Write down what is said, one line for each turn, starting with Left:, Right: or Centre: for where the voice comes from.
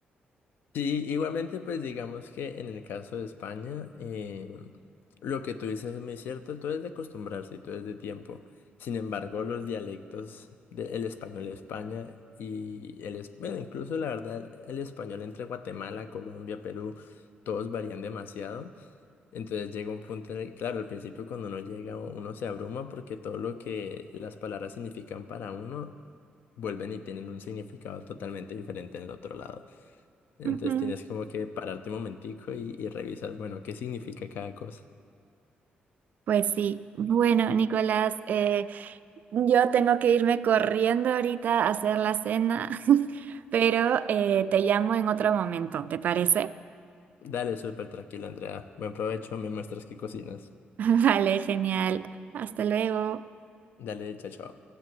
Left: Sí, igualmente, pues digamos que en el caso de España, eh, lo que tú dices es muy cierto, todo es de acostumbrarse y todo es de tiempo. Sin embargo, los dialectos del español de España y el, es- bueno, incluso la verdad, el español entre Guatemala, Colombia, Perú, todos varían demasiado. Entonces llega un punto en el, claro, al principio cuando uno llega, uno se abruma porque todo lo que las palabras significan para uno vuelven y tienen un significado totalmente diferente en el otro lado. Entonces
Right: Ujú.
Left: tienes como que pararte un momentico y, y revisar, bueno, qué significa cada cosa.
Right: Pues sí. Bueno, Nicolás, eh, yo tengo que irme corriendo ahorita a hacer la cena, <laughs> pero eh, te llamo en otro momento, ¿te parece?
Left: Dale, súper tranquila, Andrea. Buen provecho, me muestras qué cocinas.
Right: <laughs> Vale, genial. Hasta luego.
Left: Dale, chao, chao.